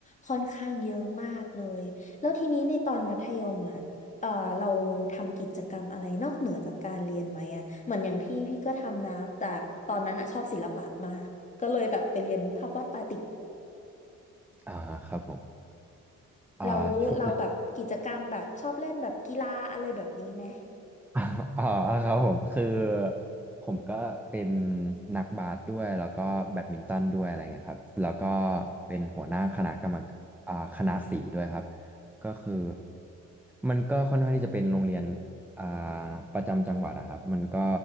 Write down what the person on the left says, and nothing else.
ค่อนข้างเยอะมากเลยแล้วทีนี้ในตอนมัธยมอ่ะเออเราทำกิจกรรมอะไรนอกเหนือจากการเรียนไหมอ่ะเหมือนอย่างพี่พี่ก็ทำนะแต่ตอนนั้นอ่ะชอบศิลปะมากก็เลยแบบไปเรียนภาพวาดปาติก
แล้วเราแบบกิจกรรมแบบชอบเล่นแบบกีฬาอะไรแบบนี้ไหม